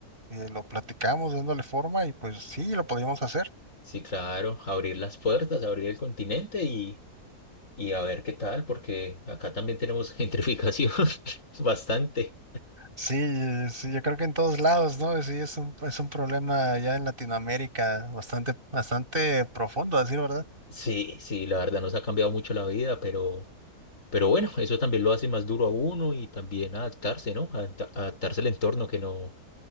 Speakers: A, on the right; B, on the left.
A: eh, lo platicamos dándole forma y pues sí, lo podríamos hacer.
B: Sí, claro, abrir las puertas, abrir el continente y, y a ver qué tal, porque acá también tenemos gentrificación <laughs> bastante.
A: Sí, sí, yo creo que en todos lados, ¿no? Sí, es un, es un problema ya en Latinoamérica bastante, bastante profundo, a decir verdad.
B: Sí, sí, la verdad nos ha cambiado mucho la vida, pero, pero bueno, eso también lo hace más duro a uno y también adaptarse, ¿no? Adapta- adaptarse al entorno que no,